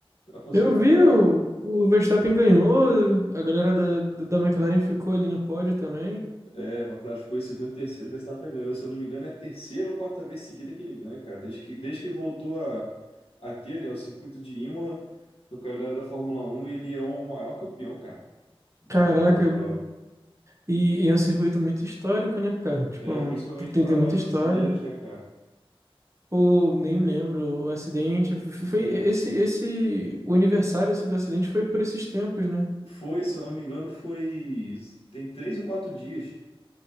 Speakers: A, on the left; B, on the right.
A: conseguiu
B: Eu
A: acompanhar?
B: vi o, o Verstappen ganhou, a galera da, da McLaren ficou ali no pódio também.
A: É, McLaren ficou em segundo e terceiro, Verstappen ganhou. Se eu não me engano, é a terceira ou quarta vez seguida que ele ganha, cara. Desde que, desde que voltou a, a ter, né, o circuito de Imola no calendário da Fórmula Um, ele é o maior campeão, cara, da,
B: Caraca,
A: da, da prova.
B: e, e é um circuito muito histórico, né, cara? Tipo,
A: É, principalmente
B: tem,
A: para
B: tem
A: nós
B: muita história.
A: brasileiros, né, cara?
B: Pô, nem lembro, o acidente. f- Foi esse, esse, o aniversário, assim, do acidente foi por esses tempos, né?
A: Foi, se eu não me engano, foi. Tem três ou quatro dias.